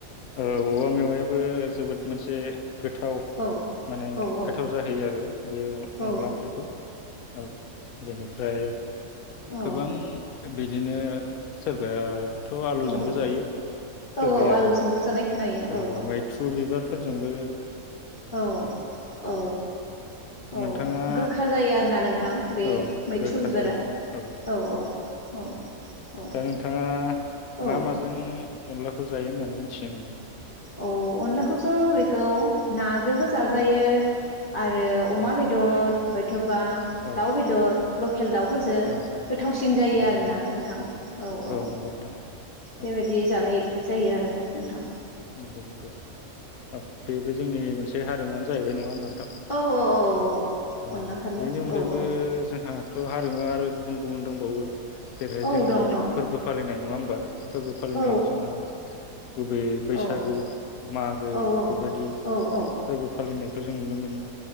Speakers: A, on the left (about 80°); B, on the left (about 45°).
A: औ औवा मेवायाबो जोबोद मोनसे गोथाव
B: औ
A: माने
B: औ औ
A: गोथाव जाहैयो आरो बे
B: औ
A: अनला ओंख्रिखौ औ बेनिफ्राय फ्राय
B: औ
A: गोबां बिदिनो सोरबाया - थ' आलुजोंबो
B: औ
A: जायो
B: औ
A: सोरबाया
B: औ आलुजोंबो जानाय खोनायो
A: औ मैथ्रु बिबार फोरजोंबो
B: औ औ औ
A: नोंथाङा
B: गोखा जायो आरोना नोंथ थां बे
A: औ
B: मैथ्रु
A: गोखा
B: बिबारा
A: जायो नोंथां
B: औ औ औ औ
A: दा नोंथाङा
B: औ
A: मा माजों अनलाखौ जायो होननानै मिथिनो मोनो?
B: अ अनलाखौस' बेखौ नाजोंबो जाजायो आरो अमा
A: औ
B: बेदर हयथ' बा
A: औ
B: दाउ बेदर लख खेल दावफोरजों
A: औ
B: गोथावसिन जायो
A: औ
B: आरोना
A: नंगौ
B: नोंथां औ औ
A: नंगौ नोंथां औ
B: बेबायदि जानाय जायो आरो नोंथां
A: नंगौ नंगौ औ बेबो जोंनि मोनस <unintelligible> हारिमुआाहैबाय नङा होनोमबा
B: औ औ औ
A: औ
B: अनला खारिया
A: बेनि अनगायैबो
B: औ औ
A: जोंहा थ' हारिमुवा आरो गुबुन गुबुन दंबावो जेरैहाय
B: औ
A: जोंनि
B: दं दं
A: फोरबो फालिनाय। नङा होमबा फोरबो फालिनायाव
B: औ
A: जोंहा गुबै बैस
B: औ
A: उ मागो
B: औ
A: बेबायदि
B: औ औ
A: फोरबोफो फालिनायखौ जों नुनो मोनो।